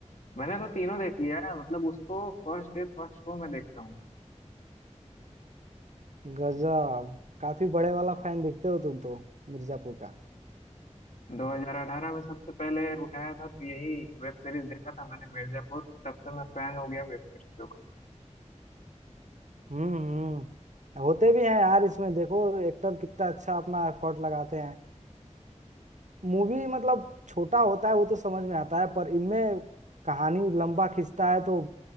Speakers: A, on the left; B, on the right.
A: मैंने तो तीनों देख लिया है मतलब उसको फर्स्ट डे फर्स्ट शो में देखता हूँ
B: गजब काफी बड़े वाला फैन दिखते हो तुम तो मिर्जापुर का
A: 2018 में सबसे पहले उठाया था तो यही वेब सीरीज देखा था मैंने मिर्जापुर तब से मैं फैन हो गया वेब सीरीजों का
B: हम्म हम्म। होते भी हैं यार इसमें देखो एक्टर कितना अच्छा अपना एफर्ट लगाते हैं मूवी मतलब छोटा होता है वो तो समझ में आता है पर इनमें कहानी लंबा खींचता है तो